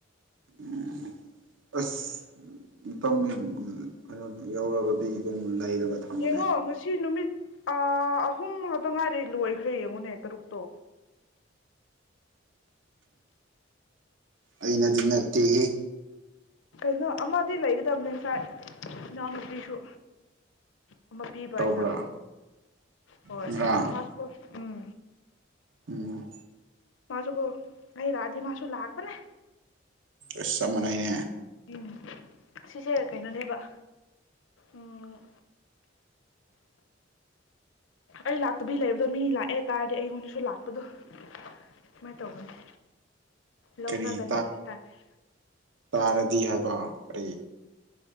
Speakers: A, on the right; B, on the left.
A: ꯎꯝ ꯑꯁ ꯃꯇꯝ ꯀꯩꯅꯣ ꯌꯥꯎꯔꯒꯗꯤ ꯑꯗꯨꯝ ꯂꯩꯔꯒ ꯊꯝꯃꯨꯅꯦ
B: ꯌꯦꯡꯉꯣ ꯉꯁꯤ ꯅꯨꯃꯤꯠ ꯑ ꯑꯍꯨꯝ ꯉꯥꯛꯇ ꯉꯥꯏꯔꯦ ꯂꯣꯏꯈ꯭ꯔꯦ ꯌꯦꯡꯉꯨꯅꯦ ꯇꯔꯨꯛꯇꯣ
A: ꯑꯩꯅꯗꯤ ꯅꯠꯇꯦꯍꯦ
B: ꯀꯩꯅꯣ ꯑꯃꯗꯤ ꯂꯩꯒꯗꯕꯅꯦ ꯉꯁꯥꯏ ꯏꯅꯥꯎꯅꯨꯄꯤꯁꯨ ꯑꯃ ꯄꯤꯕ
A: ꯇꯧꯕ꯭ꯔꯥ
B: ꯑꯩꯅ ꯍꯣꯏ
A: ꯉꯔꯥꯡ
B: ꯃꯥ ꯎꯝ
A: ꯎꯝ
B: ꯃꯥꯁꯨ ꯀꯣ ꯑꯩꯩ ꯂꯥꯛꯑꯗꯤ ꯃꯥꯁꯨ ꯂꯥꯛꯄꯅꯦ
A: ꯏꯁ ꯆꯞ ꯃꯅꯩꯅꯦ
B: ꯎꯝ ꯁꯤꯁꯦ ꯀꯩꯅꯣꯅꯦꯕ ꯎꯝ ꯑꯩ ꯂꯥꯛꯇꯕꯤ ꯂꯩꯕꯗꯣ ꯃꯤ ꯂꯥꯛꯑꯦ ꯇꯥꯔꯗꯤ ꯑꯩꯉꯣꯟꯗꯁꯨ ꯂꯥꯛꯄꯗꯣ ꯀꯃꯥꯏꯅ ꯇꯧꯒꯅꯤ ꯂꯧꯅꯒꯟꯕ
A: ꯀꯔꯤ
B: ꯍꯥꯏꯇꯥꯔꯦ
A: ꯇꯥꯔꯗꯤ ꯍꯥꯏꯕ ꯀꯔꯤ